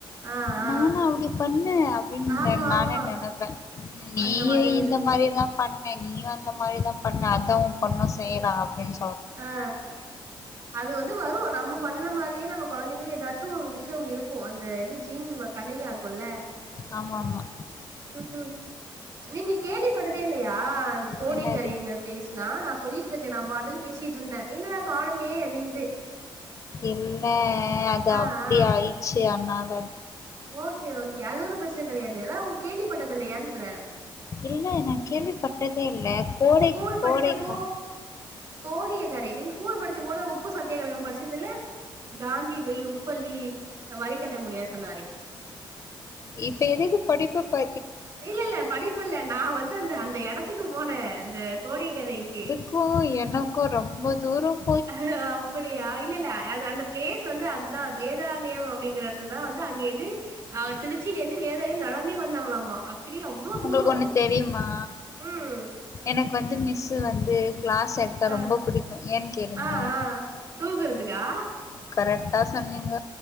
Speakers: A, on the right; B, on the left.
A: ஆ ஆ
B: நானா அப்டி பண்ண அப்டின்
A: ஆமா
B: நானே
A: ஆமா
B: நெனப்ப ம் நீயு
A: அந்த மாதிரி
B: இந்த
A: இருக்கு
B: மாரிதா பண்ண நீயு அந்த மாரிதா பண்ண அதா ஒம்பொண்ணு செய்றா அப்டின்
A: அ அ அது வந்து வரு நம்ம பண்ண மாரியே நம்ம கொழந்தைங்களு எதாச்சு ஒரு விஷ்யோ இருக்கு அந்த இது ஜீன் வந் கண்டினியு ஆகுல்ல
B: ஆமாமா
A: ம் நீங்க கேள்விபட்டதே இல்லையா அந்த கோடியக்கரைங்கற
B: என்னது
A: பேஸ்லா நா சொல்லிட்டு இருக்கே நா பாட்டுக்கு பேசிட்டு இருந்த என்னடா காணமே அப்டின்ட்டு
B: இல்ல அது
A: ஆ
B: அப்டி
A: ஆ
B: ஆயிச்சு அனால
A: ஓகே ஓகே அது ஒன்னு பிரச்சன கிடையாது எதா உங்க கேள்விப்பட்டதில்லையான்ற
B: இல்ல நா கேள்வி பட்டதே இல்ல கோடை
A: ஸ்கூல்
B: கோடைக்கா
A: படிச்சப்போ கோடியக்கரை நீங்க ஸ்கூல் படிச்ச போது உப்பு சத்தியாகிரகம் படிச்சதில்ல காந்தி பய் உப்பள்ளி வரி கட்ட முடியாது சொன்னாரே
B: இப்ப எதுக்கு படிப்பு ப
A: இல்ல இல்ல படிப்பு இல்ல நா வந்து அந்த அந்த எடத்துக்கு போன இந்த கோடியக்கரைக்கு
B: க்கு எனக்கு ரொம்ப தூரம்
A: அஹ அப்படியா இல்லல்ல அது அந்த பிளேஸ் வந்து அதுதான் அது வேதாரனயம் அப்படிங்கறதுல தான் வந்து அங்கே இந்து ஆ தினுச்சியில இருந்து வேதய நடந்தே வந்தாங்களாமா ஆக்சுவலி அவ்வளோ தூரம்
B: உங்களுக்கு ஒண்ணு தெரியுமா
A: உம்
B: எனக்கு வந்து மிஸ்ஸு வந்து கிளாஸ் எடுத்தா
A: ஆ
B: ரொம்ப பிடிக்கும் ஏன் கேளுங்களே
A: ஆ ஆ தூங்குறதுக்கா
B: கரெக்ட்டா சொன்னீங்க